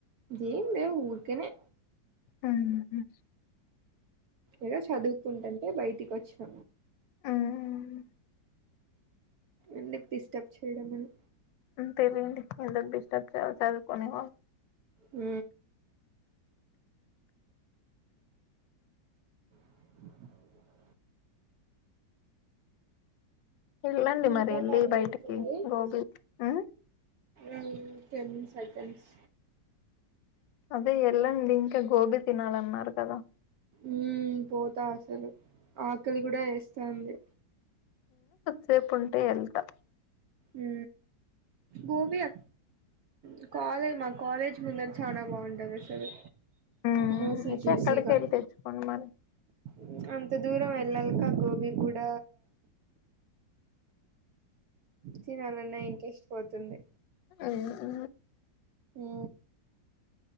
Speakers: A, on the right; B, on the left.
A: ఏం లేవు ఊర్కనే
B: ఉహు
A: ఏదో చదువుకుంటంటే బయటికి వచ్చిన
B: మ్మ్
A: ఎందుకు డిస్టర్బ్ చేయడం అని
B: తేలేండి ఎందుకు డిస్టర్బ్ చెయ్యాలి చదువుకొని వాళ్లు
A: ఉ <inaudible>
B: వెళ్ళండి మరి
A: ఇంకా
B: ఎల్లి
A: టైం
B: బయటికి
A: అవుతుంది
B: గోబీ ఉ
A: ఉ టెన్ సెకండ్స్
B: అదే ఎల్ళండి ఇంకా గోబీ తినాలన్నారు కదా
A: ఉ పోతా సరే ఆకలి కూడా వేస్తంది
B: సేపు ఉంటే వెళ్తా
A: ఉ గోబీ అ ఉ కాలేజ్ మా కాలేజ్ ముందర చానా బాగుంటది అసలు
B: మ్మ్
A: జూసి
B: అయితే
A: జూసిగా
B: అక్కడికి వెళ్ళి తెచ్చుకోండి మరి
A: ఉ అంత దూరం వెళ్ల్ళల్కా గోబి గూడ తినాలన్నా ఇంట్రెస్ట్ పోతుంది
B: ఉ ఉ
A: ఉ